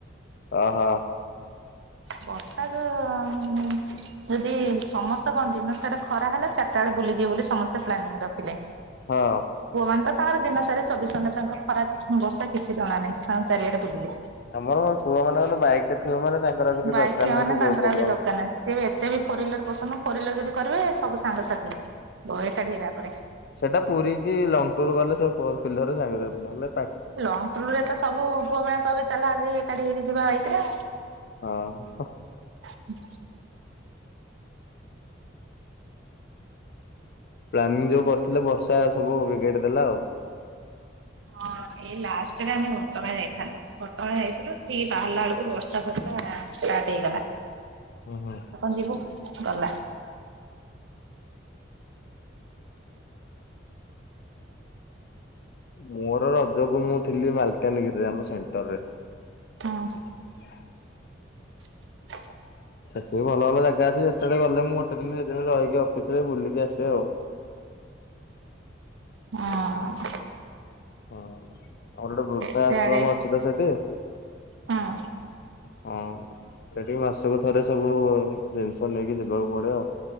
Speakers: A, on the left; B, on the right.
A: ଓହୋ
B: ବର୍ଷା ଯଦି ସମସ୍ତ କଣ ଦିନ ସେଟା ଖରା ହେଲାାରି ସେତେଳେ ବୁଲିଯିବ ବୋଲି ସମସ୍ତେ ପ୍ାନିଂ ରଖିଲେ
A: ହଁ
B: ପୁଅ ମାନେ ତ ତାଙ୍କର ଦିନ ସାର ଚବିଶ ଘଣ୍ଟା ତାଙ୍କ ଖରା ବର୍ଷା କିଛି ଜଣା ନାହିଁ ତା ଚାରିଆଡେ ବୁଲିଲେ
A: ଆମର ପୁଅ ମାନଙ୍କର ବାଇକ ଟେ ଥିବ ମାନେ ତାଙ୍କର କିଛି
B: ବାଇକ୍
A: ଦରକାର
B: ଥିବା
A: ନାହିଁ
B: ମାନେ
A: ସେ
B: ତାଙ୍କର
A: ଯୋଉ ଉପୋଗ୍ରାମ
B: ଆଉ କିଛି ଦରକାର
A: ହ
B: ନାହିଁ ସିଏ ବି ଏତେ ବି ଫୋର ହିଲର ପସନ୍ଦ ଫୋର ହୱିଲର ଯଦି କରିବେ ସବୁ ସାଙ୍ଗସାଥି ଏକା ଢିରା ପରେରେ
A: ସେଇଟା ପୁରୀ କି ଲଙ୍ଗ ଟୁର୍ ଗଲେ ସ ଫୋର ଫିଲର ଜାାରହେଲେ
B: ଲଙ୍ଗ ଟୁର ରେ ତ ସବୁ ପୁଅ ମେ କହିବେ ଚାଲା ଆଜି ଏକାଠି ହେକି ଯିବା ଭାଇକରେ
A: ହଁ
B: ହୁଁ
A: ପ୍ଲାନିଂ ଯୋଉ କରିଥିଲେ ବର୍ଷା ସବୁ ବଗଟ ଦେଲା ଆଉ
B: ହଁ ଏଇ ଲାଷ୍ଟରେ ଆମେ ଘଟଗଁ ଯାଇଥାଥିଲୁ ଘଟଗାଁ ଯାଇଥିଲୁ ସେଠ ବାହାରିଲା ବେଳକୁ ବର୍ଷା ଫ ତା ଠିକ ଗଲା
A: ହୁ ହୋ
B: ଯିବୁ ଗଲା
A: ମୋର ରଜକୁ ମୁଁ ଥିଲି ମାଲକାନଗିରିରେ ଆମ ସେଣ୍ଟରରେ।
B: ହଁ।
A: ଆ
B: <inaudible>
A: ସେଠି ବି ଭଲ ଭଲ ଜାଗା ଅଛି ଯେତେବେଳେ ଗଲେ ମୁଁ ଗୋଟେ ଦିନ ଦି ଦିନ ରହିକି ଅଫିସରେ ବୁଲିକି ଆସେ ଆଉ।
B: ହଁ।
A: ହଁ ଆମର ଗୋଟେ ବୃଦ୍ଧା
B: ସିଆଡେ
A: ଆଶ୍ରମ ଅଛି ତ ସେଇଠି
B: ହଁ।
A: ହଁ ସେଠିକି ମାସକୁ ଥରେ ସବୁ ଜିନିଷ ନେଇକି ଯିବାକୁ ପଡେ ଆଉ